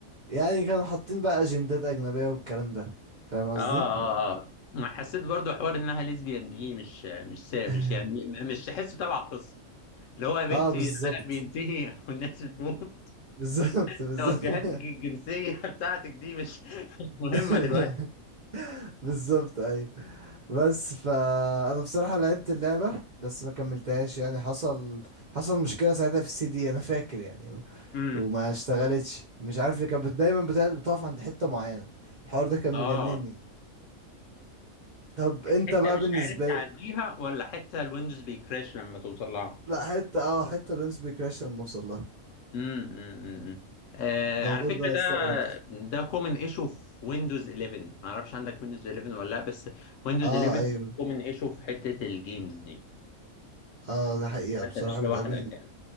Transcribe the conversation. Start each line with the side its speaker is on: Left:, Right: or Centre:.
Right: يعني كانوا حاطين بقى اجندات اجنبية والكلام ده فاهم قصدي؟
Left: اه اه اه ما حسيت برضو حوار انها ليزبيان دي مش مش سا-
Right: <laughs>
Left: مش يعني م- مش تحسه تبع القصة اللي هو يا بنتي
Right: اه بالظبط
Left: العالم بينتهي <laughs> والناس بتموت
Right: بالظبط بالظبط
Left: توجهاتك الجنسية <laughs> بتاعتك دي مش مش مهمة
Right: <laughs>
Left: دلوقتي
Right: بالظبط ايوه بس فانا بصراحه لعبت اللعبه بس ما كملتهاش يعني حصل حصل مشكله ساعتها في السي دي انا فاكر يعني
Left: امم
Right: وما اشتغلتش مش عارف ليه كانت بت- دايما بتا- بتقف عند حته معينه الحوار ده كان
Left: اه
Right: مجنني طب انت
Left: حتة
Right: بقى
Left: مش
Right: بالنسبه
Left: عارف تعديها
Right: لي
Left: ولا حتة الويندوز بيكراش لما توصل لها
Right: لا حته اه حته الونس بيكراش لما اوصل لها
Left: امم امم آه
Right: الموضوع
Left: على فكرة
Right: ده
Left: ده
Right: استغربت
Left: ده كومن ايشو في ويندوز 11 ما اعرفش عندك ويندوز 11 ولا لا بس ويندوز
Right: اه
Left: 11
Right: ايوه
Left: كومن ايشو في حتة الجيمز دي
Right: اه ده حقيقه
Left: انت
Right: بصراحه
Left: مش لوحدك
Right: بتقابلني
Left: يعني